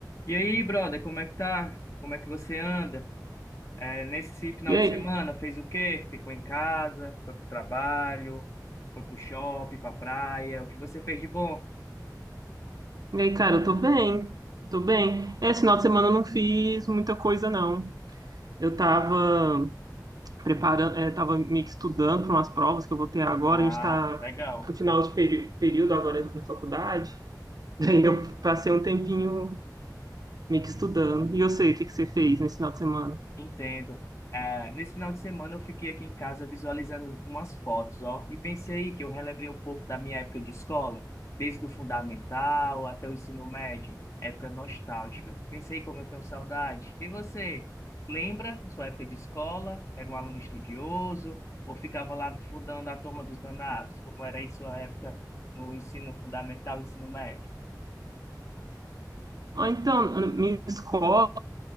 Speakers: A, on the left (about 45°); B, on the right (about 60°).
A: E aí, brother, como é que tá? Como é que você anda? É, nesse final
B: E aí?
A: de semana, fez o quê? Ficou em casa, foi pro trabalho, foi pro shopping, pra praia, o que você fez de bom?
B: E aí, cara, eu tô bem. Tô bem. É, Esse final de semana eu não fiz muita coisa, não. Eu tava preparando, eh, tava meio que estudando para umas provas que eu vou ter agora.
A: Ah,
B: A gente tá
A: legal.
B: no final de peri- período agora na faculdade. <laughs> Daí eu passei um tempinho meio que estudando. E eu sei o que que você fez nesse final de semana.
A: Entendo. Ah, nesse final de semana eu fiquei aqui em casa visualizando umas fotos, ó, e pensei que eu relembrei um pouco da minha época de escola, desde o fundamental até o ensino médio, época nostálgica. Pensei como eu tenho saudade. E você, lembra sua época de escola? Era um aluno estudioso ou ficava lá fundando a turma dos danados? Como era aí sua época no ensino fundamental e ensino médio?
B: Ah, então, na minha escola,